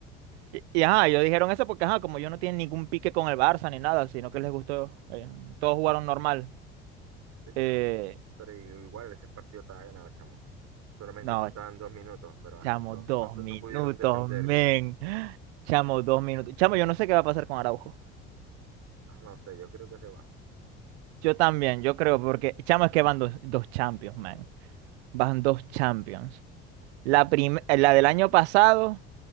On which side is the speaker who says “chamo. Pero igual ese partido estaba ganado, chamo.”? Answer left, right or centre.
Right